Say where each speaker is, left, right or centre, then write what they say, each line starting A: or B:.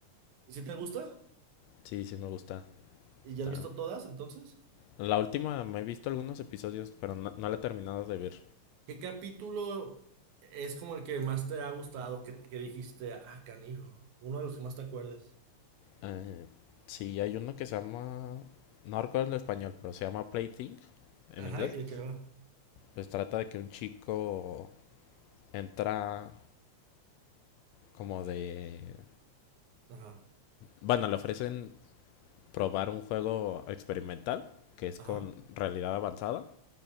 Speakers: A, on the right; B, on the left.
A: ¿Y si te gusta?
B: sí, sí me gusta.
A: ¿Y ya
B: Está...
A: has visto todas entonces?
B: La última me he visto algunos episodios, pero no, no la he terminado de ver.
A: ¿Qué capítulo es como el que más te ha gustado, que, que dijiste, ah, canijo, uno de los que más te acuerdes?
B: Eh, sí, hay uno que se llama... No recuerdo el español, pero se llama Plaything en
A: Ajá,
B: inglés.
A: ¿y de qué va?
B: Pues trata de que un chico entra como de...
A: Ajá,
B: Bueno, le ofrecen probar un juego experimental que es
A: ajá,
B: con realidad avanzada